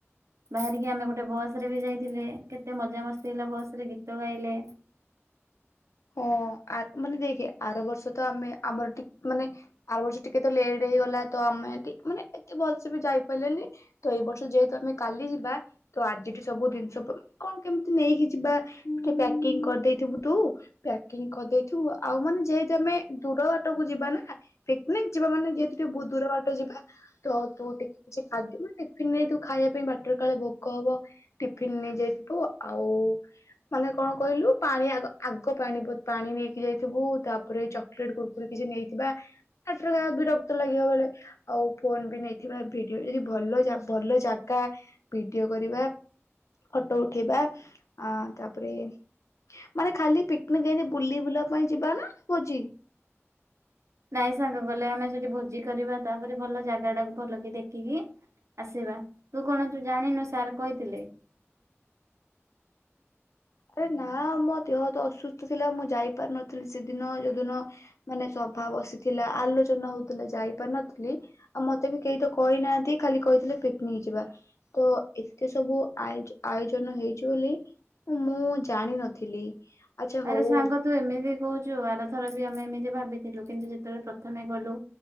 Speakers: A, on the right; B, on the left.
A: ବାହାରିକି ଆମେ ଗୋଟେ ବସରେ ବି ଯାଇଥିଲେ। କେତେ ମଜା ମସ୍ତି ହେଲା ବସରେ ଗୀତ ଗାଇଲେ।
B: ହଁ ଆ ମାନେ ଦେଖେ ଆର ବର୍ଷ ତ ଆମେ ଆମର ଟି ମାନେ ଆର ବର୍ଷ ଟିକେ ତ ଲେଟ ହେଇଗଲା ତ ଆମେ ଟି ମାନେ ଏତେ ଭଲସେ ବି ଯାଇପାରିଲେନି ତ ଏଇ ବର୍ଷ ଯେହେତୁ ଆମେ କାଲି ଯିବା ତ ଆଜିଠୁ ସବୁ ଦିନଷ ପ କଣ କେମତି ନେଇକି ଯିବା ଟିକେ ପ୍ୟାକିଂ କରିଦେଇଥିବୁ ତୁ? ପ୍ୟାକିଂ କରିଦେଇଥିବୁ ଆଉ ମାନେ ଯେହେତୁ ଆମେ ଦୂର ବାଟକୁ ଯିବା ନାଁ ପିକନିକ ଯିବା ମାନେ ଯେହେତୁ ଟିକେ ବୋ ଦୂର ବାଟ ଯିବା ତ ତୁ ଟିକେ କିଛି ଖାଦ୍ୟ ମାନେ ଟିଫିନ ନେଇଥିବୁ ଖାଇବା ପାଇଁ ବାଟରେ କାଳେ ଭୋକ ହବ ଟିଫିନ ନେଇଯାଇଥିବୁ ଆଉ ମାନେ କଣ କହିଲୁ ପାଣି ଆଗ ଆ କୋ ପାଣି ବୋ ପାଣି ନେଇକି ଯାଇଥିବୁ। ତାପରେ ଚକଲେଟ କୁରକୁରି କିଛି ନେଇଥିବା ଆଟରେ ଯା ବିରକ୍ତ ଲାଗିବ ବୋଲେ ଆଉ ଫୋନ ବି ନେଇଥିବା ଭିଡିଓ ଯଦି ଭଲ ଜା ଭଲ ଜାଗା ଭିଡିଓ କରିବା ଫଟ ଉଠେଇବା ଆ ତାପରେ ମାନେ ଖାଲି ପି ମାନେ ଯେନ୍ତି ବୁଲି ବୁଲା ପାଇଁ ଯିବା ନାଁ ଭୋଜି
A: ନାଇଁ ସାଙ୍ଗ ଗଲେ ଆମେ ସେଠି ଭୋଜି କରିବା ତାପରେ ଭଲ ଜାଗାଟାକୁ ଭଲ କି ଦେଖିକି ଆସିବା। ତୁ କଣ ଜାଣିନୁ ସାର୍ କହିଥିଲେ?
B: ଆରେ ନାଁ ମୋ ଦେହ ତ ଅସୁସ୍ଥ ଥିଲା ମୁଁ ଯାଇପାରୁନଥିଲି ସେଦିନ ଯୋଉ ଦିନ ମାନେ ସଭା ବସିଥିଲା ଆଲୋଚନା ହୋଉଥୁଲା ଯାଇପାରୁନଥିଲି ଆଉ ମତେ ବି କେହି ତ କହିନାହାନ୍ତି ଖାଲି କହିଥିଲେ ପିକନିକ ଯିବା। ତ ଏତେ ସବୁ ଆୟୋଜ ଆୟୋଜନ ହେଇଚି ବୋଲି ମୁଁ ଜାଣିନଥିଲି। ଆଚ୍ଛା ହଉ
A: ଆରେ ସାଙ୍ଗ ତୁ ଏମିତି କୋହୁଚୁ ଆରଥର ବି ଆମେ ଏମିତି ଭାବିଥିଲୁ କିନ୍ତୁ ଯେତୋଳେ ପ୍ରଥମେ ଗଲୁ